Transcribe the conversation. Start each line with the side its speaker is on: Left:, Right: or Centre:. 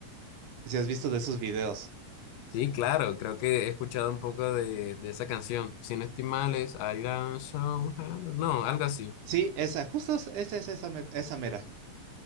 Right: si has visto de esos videos.
Left: Sí, claro, creo que he escuchado un poco de, de esa canción. Si no estoy mal, es I don't show her- No, algo así.
Right: Sí, esa, justo esa es esa, mer- esa mera.